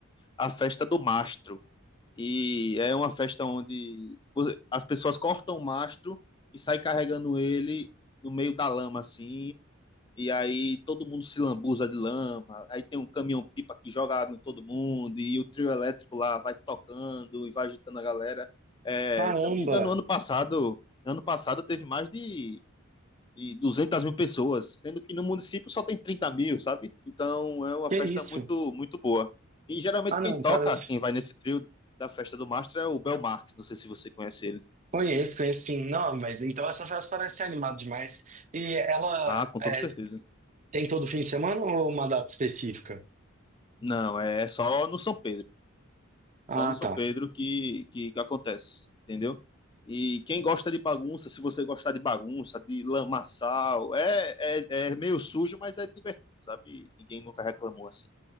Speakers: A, on the left; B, on the right.
A: a festa do mastro. E é uma festa onde as pessoas cortam o mastro e saem carregando ele no meio da lama, assim. E aí todo mundo se lambuza de lama. Aí tem um caminhão-pipa que joga água em todo mundo. E o trio elétrico lá vai tocando e vai agitando a galera. É,
B: Caramba,
A: se eu não me engano, ano passado, ano passado teve mais de de duzentas mil pessoas, sendo que no município só tem trinta mil, sabe? Então é uma
B: que
A: festa
B: isso?
A: muito, muito boa. E geralmente
B: Ah, não,
A: quem toca,
B: parece.
A: quem vai nesse trio da festa do Mastro é o Bel Marques, não sei se você conhece ele.
B: Conheço, conheço sim. Não, mas então essa festa parece ser animada demais. E ela
A: Ah, com
B: é,
A: toda certeza.
B: tem todo fim de semana ou uma data específica?
A: Não, é só no São Pedro,
B: Ah,
A: só no São
B: tá.
A: Pedro que, que, que acontece, entendeu? E quem gosta de bagunça, se você gostar de bagunça, de lamaçal, é, é, é meio sujo, mas é divertido, sabe? Ninguém nunca reclamou assim.